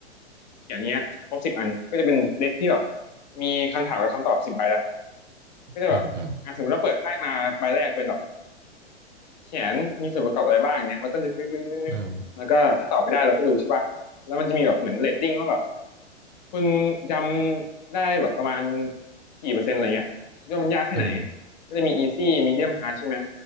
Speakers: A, on the left; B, on the right.
A: อย่างเงี้ยครบสิบอันก็จะเป็นเด็กที่แบบมีคำถามกับคำตอบสิบใบละก็จะแบบอ่าสมมติเราเปิดไพ่มาใบแรกเป็นแบบ
B: อืมอืม
A: แขนมีส่วนประกอบอะไรบ้างเงี้ยแล้วก็นึกนึกนึกนึกนึกแล้วก็ถ้าตอบไม่ได้เราก็ดูใช่ป่ะแล้วมันจะมีแบบเหมือนเรตติ้งว่าแบบ
B: อืม
A: คุณจำได้แบบประมาณกี่เปอร์เซ็นต์อะไรเงี้ยคิดว่ามันยากแค่ไหน
B: อืม
A: ก็จะมี easy medium hard ใช่ไหม